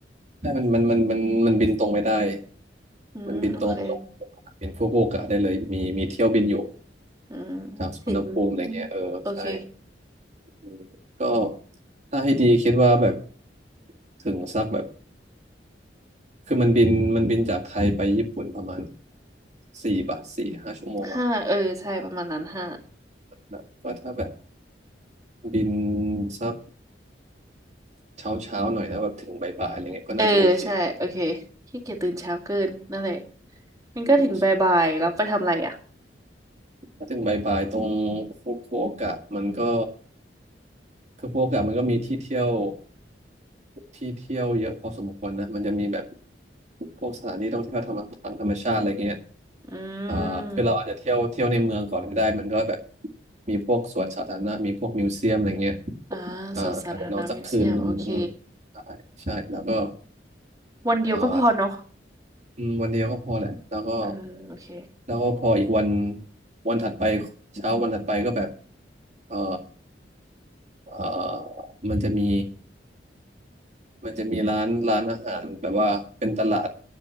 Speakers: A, on the right; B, on the right.
A: ใช่มันมันมันมันมันบินตรงไม่ได้
B: อืมโอเค
A: มันบินตรงลงเป็นฟุกุโอกะได้เลยมีมีเที่ยวบินอยู่
B: อืม
A: จากสุวรรณภูมิอะไรเงี้ยเออใช่
B: ถึงโอเค
A: อืมก็ถ้าให้ดีคิดว่าแบบถึงสักแบบ คือมันบินมันบินจากไทยไปญี่ปุ่นประมาณสี่บาทสี่ห้าชั่วโมงอะ
B: ห้าเออใช่ประมาณนั้นห้า
A: นะก็ถ้าแบบบินสักเช้าเช้าหน่อยแล้วแบบถึงบ่ายๆอะไรเงี้ยก็น่าจะโอเค
B: เออใช่โอเคขี้เกียจตื่นเช้าเกินนั่นแหละมันก็ถึงบ่ายๆแล้วไปทำอะไรอ่ะ
A: ไม่ต้องถ้าถึงบ่ายๆตรงฟุกุโอกะมันก็คือฟุกุโอกะมันก็มีที่เที่ยวที่เที่ยวเยอะพอสมควรนะมันจะมีแบบพวกสถานที่ท่องเที่ยวธรรมทางธรรมชาติอะไรเงี้ย
B: อื
A: อ่าคือเราอาจจะเที่ยวเที่ยวในเมืองก่อนก็ได้มันก็แบบ
B: ม
A: มีพวกสวนสาธารณะมีพวกมิวเซียมอะไรเงี้ย
B: อ่าสวนสาธารณะมิวเซียมโอเค
A: เอ่าอาจจะนอนสักคืนหนึ่งอืมใช่ใช่แล้วก็
B: วันเดียวก็พอเนาะ
A: เอ่าอืมวันเดียวก็พอแหละแล้วก็
B: เออโอเค
A: แล้วก็พออีกวันวันถัดไปเช้าวันถัดไปก็แบบเอ่อเอ่อมันจะมีมันจะมีร้านร้านอาหารแบบว่าเป็นตลาด